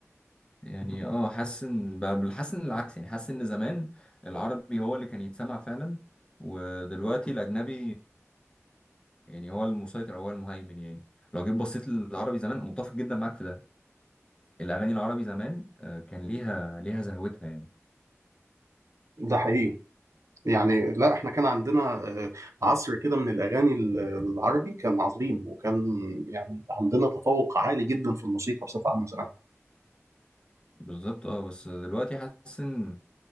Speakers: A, on the left; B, on the right.
A: يعني اه حاسس ان بل- حاسس ان العكس يعني حاسس ان زمان العربي هو اللي كان يتسمع فعلا ودلوقتي الاجنبي يعني هو المسيطر او هو المهيمن يعني لو جيت بصيت للعربي زمان متفق جدا معاك في ده الاغاني العربي زمان آه، كان ليها ليها زهوتها يعني
B: ده حقيقي يعني لا احنا كان عندنا آه، عصر كده من الاغاني ال- العربي كان عظيم وكان يعني عندنا تفوق عالي جدا في الموسيقى بصفه عامه زمان
A: بالظبط اه بس دلوقتي حاسس ان